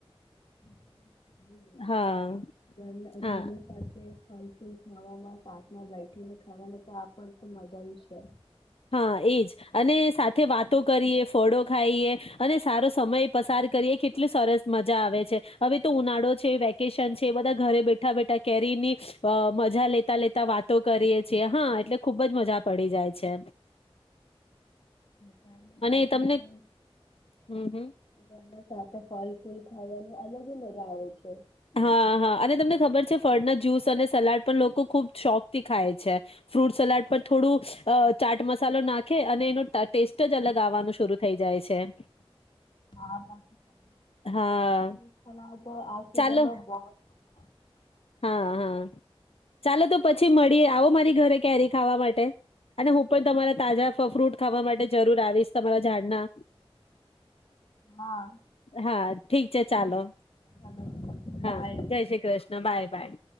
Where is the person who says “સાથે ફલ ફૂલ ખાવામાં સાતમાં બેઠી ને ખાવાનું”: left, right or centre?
Left